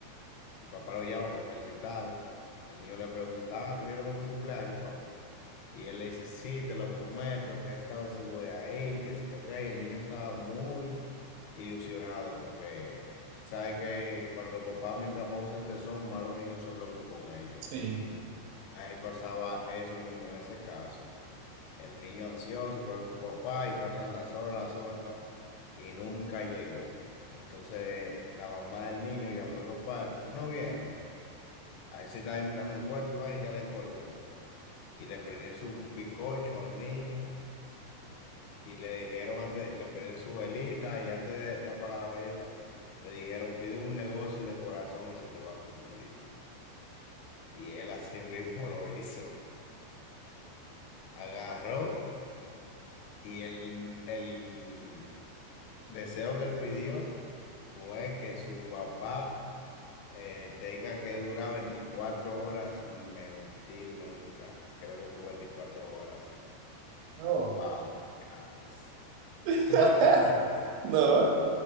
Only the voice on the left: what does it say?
el papá lo llama para felicitarlo, el niño le pregunta, "Ah, ¿tú vienes para mi cumpleaños, papi? Y él le dice, sí, te lo prometo, que esta vez sí voy a ir, que si yo qué. Y el niño estaba muy ilusionado porque sabe que cuando los papás, mientras más ausentes son, más los niños son locos con ellos.
Ahí pasaba eso mismo en ese caso. El niño ansioso para su papá y pasan las horas, las horas y nunca llegó. Entonces la mamá del niño llamó al papá, tú no vienes. Ahí se estaba inventando un cuento y va, y ya le colgó. Y le prendían su bizcocho al niño. Y le dijeron antes, le prendieron su velita y antes de, de apagar la velita, le dijeron, pide un negocio de corazón y se te va a cumplir. Y él así <laughs> mismo lo hizo. Agarró y el, el deseo que él pidió fue que su papá eh, tenga que durar 24 horas sin mentir nunca. Creo que fue 24 horas, sí.
¡Wow! ¡Qué caos!
¿Tú no has visto esa película?